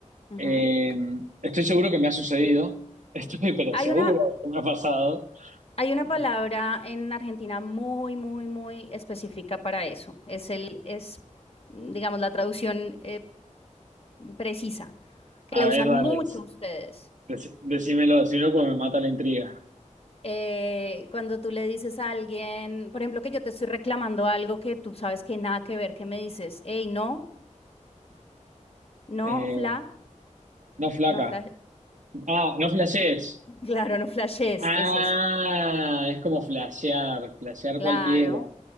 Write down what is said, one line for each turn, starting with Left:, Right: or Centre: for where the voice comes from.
Left: Ujú.
Right: Eh, estoy seguro que me ha sucedido, <laughs> estoy pero
Left: Hay
Right: seguro
Left: una,
Right: que me ha pasado.
Left: hay una
Right: Eh,
Left: palabra en Argentina muy, muy, muy específica para eso. Es el, es, digamos, la traducción eh, precisa, que
Right: a
Left: la usan
Right: ver, dale,
Left: mucho ustedes.
Right: Dec- Decímelo, decímelo porque me mata la intriga.
Left: Eh, cuando tú le dices a alguien, por ejemplo, que yo te estoy reclamando algo que tú sabes que nada que ver, que me dices, hey, no, no,
Right: Eh,
Left: fla,
Right: no flaca.
Left: no, flash,
Right: Ah, no flashees.
Left: <laughs> claro, no flashes,
Right: Ah,
Left: es eso.
Right: es como flashear, flashear
Left: Claro,
Right: cualquiera.